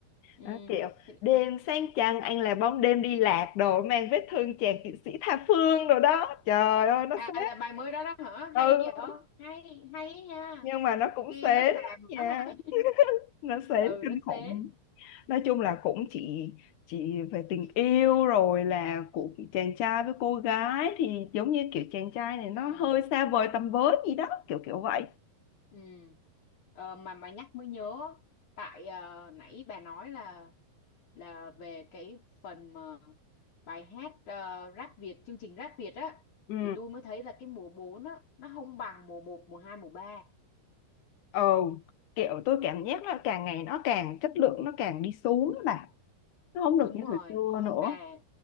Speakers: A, on the left; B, on the left.
A: ừ,
B: đó kiểu
A: thì,
B: đêm sáng trăng anh là bóng đêm đi lạc đồ mang vết thương chàng kỵ sĩ tha phương đồ đó trời ơi nó
A: à
B: xé
A: là bài mới đó đó hả
B: ừ
A: hay vậy hay hay á nha
B: nhưng mà nó cũng
A: nghe
B: sến
A: nó xàm
B: nha
A: nó hay
B: nó
A: <laughs>
B: sến
A: ừ
B: kinh
A: nó
B: khủng
A: sến
B: nói chung là cũng chỉ chỉ về tình yêu rồi là của chàng trai với cô gái thì giống như kiểu chàng trai này nó
A: ừ
B: hơi xa vời tầm với gì đó kiểu kiểu vậy
A: Ừ. Ờ, mà mà nhắc mới nhớ tại ờ, nãy bà nói là là về cái phần mà bài hát uh, Rap Việt chương trình Rap Việt á
B: ừ
A: thì tôi mới thấy là cái mùa 4 á nó không bằng mùa một mùa 2 mùa ba
B: ờ kiểu tôi cảm giác là càng ngày nó càng chất lượng nó càng đi xuống đó bà nó không được
A: Đúng
B: như
A: rồi.
B: thời xưa nữa
A: Mà